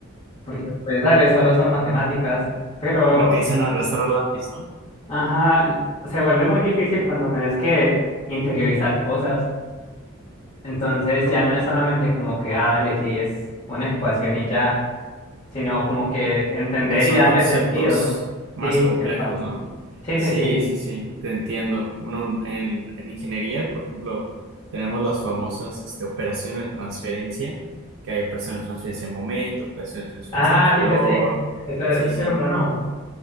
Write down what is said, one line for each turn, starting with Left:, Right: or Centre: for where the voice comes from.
Left: porque pues dale, solo son matemáticas, pero
Right: Es lo que dicen arrastrar lápiz, ¿no?
Left: Ajá, se vuelve muy difícil cuando tenés que interiorizar cosas. Entonces
Right: Co-
Left: ya no es solamente como que, ah, dale, sí, es una ecuación y ya, sino como que entender
Right: que son
Left: y darle
Right: conceptos
Left: sentido.
Right: más
Left: Sí,
Right: complejos,
Left: epa.
Right: ¿no?
Left: Sí,
Right: Sí,
Left: sí, sí.
Right: sí, sí, te entiendo. Bueno, en, en ingeniería, por ejemplo, tenemos las famosas este, operaciones de transferencia, que hay operaciones de transferencia de momento, operaciones de transferencia
Left: Ah,
Right: de calor.
Left: sí, sí, sí. Eso
Right: Sí,
Left: es
Right: sí.
Left: termo, ¿no?